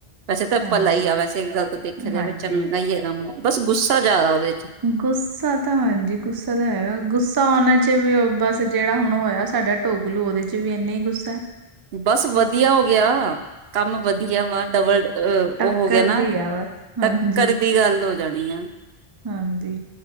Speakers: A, on the right; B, on the right.
A: ਵੈਸੇ ਤਾਂ
B: ਹਾਂਜੀ।
A: ਭਲਾ ਹੀ ਆ ਵੈਸੇ ਇੱਕ ਗੱਲ ਤਾਂ ਦੇਖਿਆ ਜਾਵੇ
B: ਹਾਂਜੀ।
A: ਚੰਗਾ ਹੈਗਾ ਬਸ ਗੁੱਸਾ ਜ਼ਿਆਦਾ ਉਹਦੇ ਚ'।
B: ਗੁੱਸਾ ਤਾਂ ਹਾਂਜੀ ਗੁੱਸਾ ਤਾਂ ਹੈਗਾ ਗੁੱਸਾ ਉਹਨਾਂ ਚਿਰ ਬਸ ਜਿਹੜਾ ਹੁਣ ਉਹ ਹੋਇਆ ਸਾਡਾ, ਢੋਕਲੂ ਉਹਦੇ ਚ ਵੀ ਇੰਨਾ ਹੀ ਗੁੱਸਾ।
A: ਬਸ ਵਧੀਆ ਹੋ ਗਿਆ ਕੰਮ ਵਧੀਆ ਵਾ ਡਬਲ, ਅਹ
B: ਟੱਕਰ
A: ਉਹ ਹੋ ਗਿਆ ਨਾ
B: ਦੀ ਆ ਬਸ
A: ਟੱਕਰ
B: ਹਾਂਜੀ
A: ਦੀ ਗੱਲ ਹੋ ਜਾਣੀ ਆ।
B: ਹਾਂਜੀ।